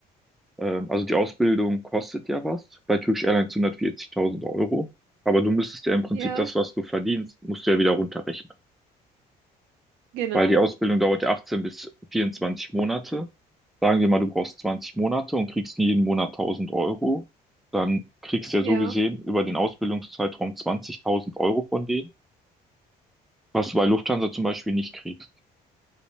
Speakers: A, in the centre; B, on the right.
A: ähm, also die Ausbildung kostet ja was. Bei Turkish Airlines hundertvierzigtausend Euro. Aber du müsstest ja im Prinzip
B: ja,
A: das, was du verdienst, musst du ja wieder runterrechnen.
B: genau.
A: Weil die Ausbildung dauert ja 18 bis 24 Monate. Sagen wir mal, du brauchst 20 Monate und kriegst jeden Monat tausend Euro. Dann kriegst du ja
B: Ja,
A: so gesehen über den Ausbildungszeitraum 20.000 Euro von denen, was du bei Lufthansa zum Beispiel nicht kriegst.